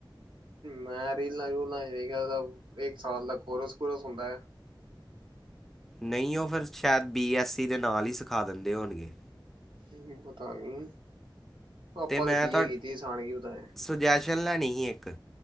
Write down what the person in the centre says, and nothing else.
ਨਹੀਂ ਓ ਫੇਰ ਸੈ਼ਦ ਬੀ ਐਸ ਸੀ ਦੇ ਨਾਲ ਈ ਸਖਾ ਦੇਂਦੇ ਹੋਨਗੇ।
ਮੈਂ
ਤਾਂ
ਸੁਜੈਸ਼ਨ ਲੈਣੀ ਹੀ ਇੱਕ?